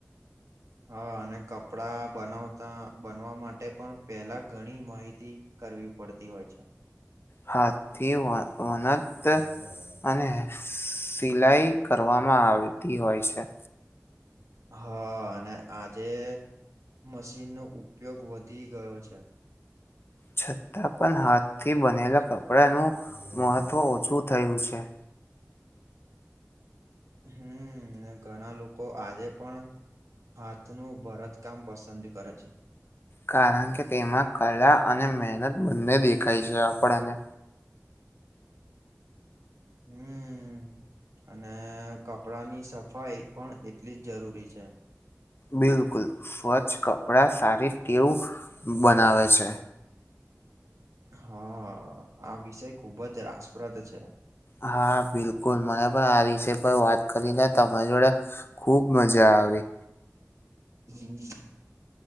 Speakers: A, on the right; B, on the left.
A: હા અને કપડા બનાવતા બનવા માટે પણ પેલા ઘણી માહિતી કરવી પડતી હોય છે.
B: હાથથી વ વનંત અને સિલાઈ કરવામાં આવતી હોય છે.
A: હા અને આજે મશીનનો ઉપયોગ વધી ગયો છે.
B: છતાં પણ હાથથી બનેલા કપડાંનું મહત્ત્વ ઓછું થયું છે.
A: હમ્મ ઘણા લોકો આજે પણ હાથનું ભરતકામ પસંદ કરે છે.
B: કારણ કે તેમાં કળા અને મહેનત બંને દેખાય છે આપણને.
A: હમ. અને કપડાની સફાઈ પણ એટલી જ જરૂરી છે.
B: બિલકુલ સ્વચ્છ કપડાં સારી ટેવું બનાવે છે.
A: હ આ વિષય ખુબ જ રાસપ્રદ છે.
B: હા બિલકુલ મને પણ આ વિષય પર વાત કરીને તમારી જોડે ખુબ મજા આવી.
A: હમ.